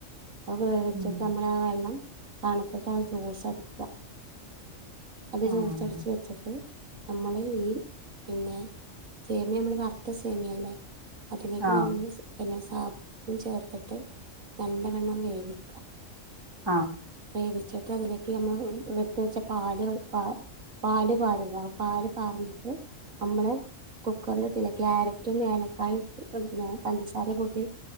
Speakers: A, on the right; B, on the right.
A: അത് വേവിച്ചിട്ട്
B: ഉം
A: നമ്മൾ ആ വെള്ളം തണുത്തിട്ട് ആ ജ്യൂസ അടിക്കുക അത് ജ്യൂസ്
B: ആഹ്
A: അടിച്ച് വെച്ചിട്ട് നമ്മള ഈ പിന്നെ സേമിയ നമ്മള വർത്ത സേമിയ ഇല്ലേ അതിലേക്ക്
B: ആഹ്
A: നമ്മള് പിന്നെ സാം ചേർത്തിട്ട് നല്ലവെണ്ണം വേവിക്കാം
B: ആഹ്
A: വേവിച്ചിട്ട് അതിലേക്ക് നമ്മൾ എവിടുത്ത വെച്ച പാല് പാ പാല് പാറുക പാല് പാറിയിട്ട് നമ്മള് കുക്കറില ഇട്ടില്ല ക്യാരറ്റും ഏലക്കായും ഇട്ട് പഞ്ചസാരയും കൂട്ടി